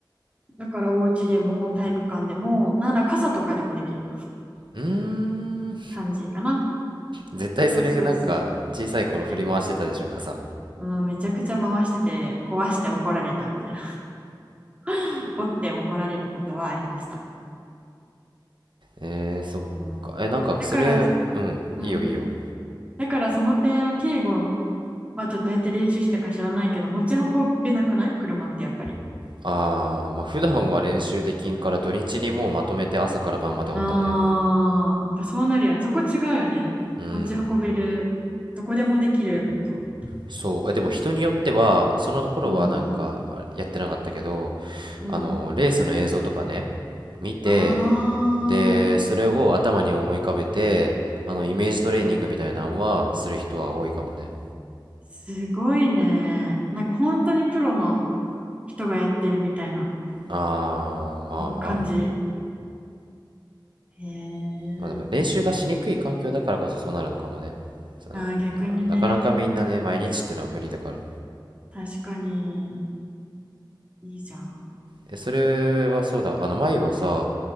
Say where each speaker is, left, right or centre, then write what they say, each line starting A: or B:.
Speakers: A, on the right; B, on the right.
A: だからお家でも体育館でも、なんなら傘とかでもできる
B: うーん。
A: 感じかな。
B: 絶対それなんか小さい頃振り回してたでしょ傘
A: そうそうそう。ね。うん、めちゃくちゃ回してて、壊して怒られたみたいな <laughs>。折って怒られることはありました。
B: えー、
A: そう。
B: そっかえなんかそれうんいいよいいよ
A: だから、うん。だからその点は、敬語はちょっとどうやって練習したか知らないけど、持ち運べなくない車ってやっぱり。
B: あーまあ普段は練習できんから土日にもうまとめて朝から晩までおったね
A: ああ、やっぱそうなるよね。そこ違うよね。
B: うん
A: 持ち運べる、どこでもできるのと。
B: そうえでも人によってはその頃はなんかあやってなかったけど
A: うん。うん。
B: あのレースの映像とかね見て
A: ああ。
B: でそれを頭に思い浮かべてあのイメージトレーニングみたいなのはする人は多いかもね
A: すごいね。なんか本当にプロの人がやってるみたいな
B: あーまあ
A: 感じ。へえ。
B: まあでも練習がしにくい環境だからこそそうなるのかもね。その、
A: ああ、逆にね。
B: なかなかみんなね、毎日ってのは無理だから。
A: 確かに。いいじゃん。
B: え、それはそうだ。あの、前はさ、